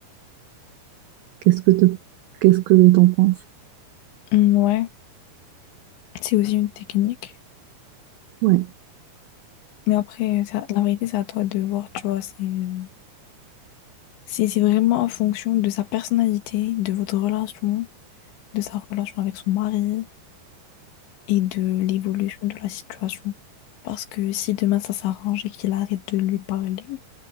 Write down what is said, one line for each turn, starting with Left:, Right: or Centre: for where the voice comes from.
Right: Qu'est-ce que te, qu'est-ce que t'en penses?
Left: Mm, Ouais. C'est aussi une technique.
Right: Ouais,
Left: Mais après, ça- la vérité, c'est à toi de voir, tu vois. C'est euh, c'est- c'est vraiment en fonction de sa personnalité, de votre relation, de sa relation avec son mari et de l'évolution de la situation. Parce que si demain ça s'arrange et qu'il arrête de lui parler,